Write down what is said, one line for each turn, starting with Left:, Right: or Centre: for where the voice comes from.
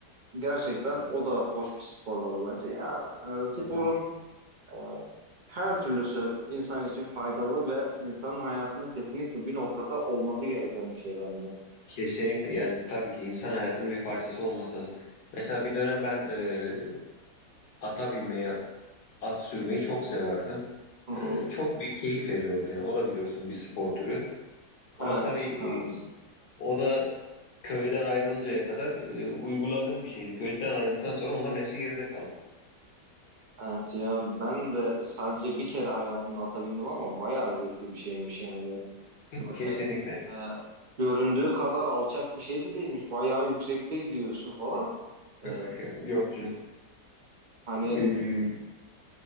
Right: gerçekten o da hoş bir spor dalı bence. Ya e, sporun
Left: Evet.
Right: Ee, Her türlüsü insan için faydalı ve insanın hayatında kesinlikle bir noktada olması gereken bir şey bence.
Left: Kesinlikle yani tabii ki insan hayatının bir parçası olması lazım. Mesela bir dönem ben e, ata binmeyi, at sürmeyi çok severdim.
Right: Hı hı.
Left: E, çok bir keyif veriyordu yani o da biliyorsun bir spor türü. Ama
Right: Evet,
Left: tabii
Right: evet.
Left: e, o da köyden ayrılıncaya kadar e, uyguladığım bir şeydi. Köyden ayrıldıktan sonra onların hepsi geride kaldı.
Right: Evet ya ben de sadece bir kere hayatımda ata bindim ama bayağı zevkli bir şeymiş yani.
Left: <laughs>
Right: Böyle
Left: Kesinlikle
Right: e, göründüğü kadar alçak bir şey de değilmiş. Bayağı yüksekte gidiyorsun falan. E,
Left: <laughs> yok canım.
Right: hani
Left: E,